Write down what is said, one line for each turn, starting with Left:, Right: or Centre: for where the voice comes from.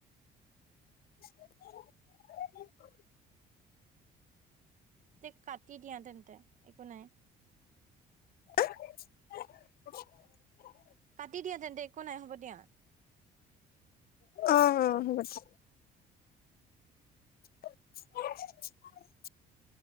Left: <inaudible>
Right: তে কাটি দিয়া তেন্তে তে একো নাই।
Left: <inaudible>
Right: কাটি দিয়া তেন্তে একো নাই হ'ব দিয়া।
Left: অ', হ'ব দি <inaudible>